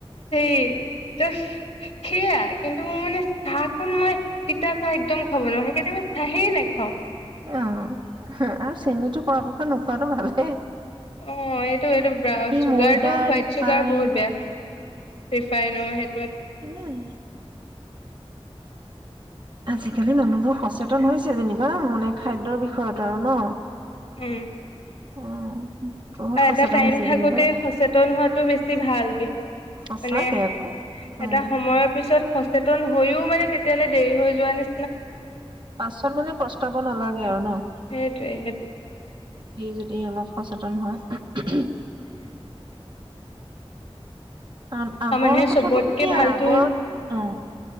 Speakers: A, on the left; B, on the right.
A: ত সে সেয়া কিন্তু মোৰ মানে চাহ খন মই তিতা চাহ একদম খাব নোৱাৰো সেইকাৰণে মই চাহেই নাখাওঁ
B: অ হ আৰু চিনিটো কৰ পৰা সিখন নোখোৱাটো ভালে
A: অ এইটো এইটো ব্ৰাউছ চুগাৰটো
B: ময়দা,
A: হোৱাইট
B: ৰিফাইন
A: চুগাৰ বহুত বেয়া ৰিফাইনৰ সেইটোৱে
B: ইমান আজিকালি মানুহবোৰ সচেতন হৈছ যেনিবা মানে খাদ্যৰ বিষয়ত আৰু ন
A: উম
B: উম বহুত
A: আৰু
B: সচেতন
A: এটা টাইম
B: হৈছে
A: থাকোতে
B: যেনিবা
A: সচেতন হোৱাটো বেছি ভাল বিষ
B: সঁচাকে
A: মানে
B: আকৌ উম।
A: এটা সময়ৰ পিছত সচেতন হৈও মানে তেতিয়ালে দেৰি হৈ যোৱা নি
B: পাছত মানে প্ৰস্তাব নালাগে। <unintelligible> ন
A: সেইটোৱে সেইটোৱে
B: সি যদি অলপ সচেতন হয় কাৰণ আগৰ
A: আৰু মানুহে
B: কথাাতটো
A: চবতকে
B: সুকীয়া
A: ভালতো
B: আগৰ
A: হৈছে
B: অ